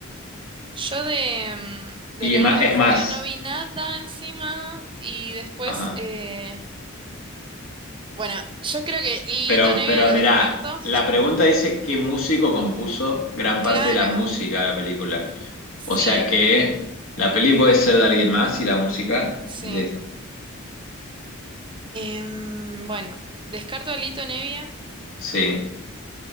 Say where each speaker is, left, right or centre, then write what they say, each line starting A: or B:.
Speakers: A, on the right; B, on the left.
A: Yo de, mm, de
B: Y
A: Leonardo
B: ma- es
A: Fabio
B: más,
A: no vi nada encima y después...
B: ajá.
A: eh, bueno, yo creo que Lito
B: Pero,
A: Nevia
B: pero
A: lo
B: mira,
A: descarto.
B: la pregunta dice qué músico compuso gran parte
A: Claro,
B: de la música de la película.
A: sí,
B: O sea que la peli puede ser de alguien más y la música
A: sí.
B: de...
A: Em, bueno, descarto a Lito Nevia.
B: Sí.